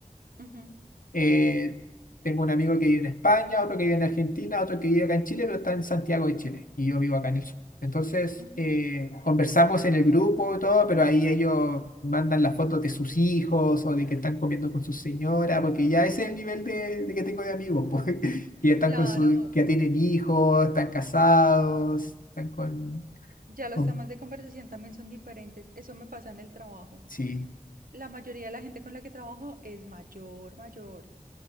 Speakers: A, on the right; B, on the left.
A: Ujú.
B: Eh, tengo un amigo que vive en España, otro que vive en Argentina, otro que vive acá en Chile, pero está en Santiago de Chile y yo vivo acá en el sur. Entonces,
A: Ujú.
B: eh, conversamos en el grupo y todo, pero ahí ellos mandan las fotos de sus hijos o de que están comiendo con su señora, porque ya ese es el nivel de, de que tengo de amigos, <laughs> pues, que ya están
A: Claro,
B: con su, que ya tienen hijos, están casados, están con,
A: ya los
B: con-
A: temas de conversación también son diferentes. Eso me pasa en el trabajo.
B: sí,
A: La mayoría de la gente con la que trabajo es mayor, mayor.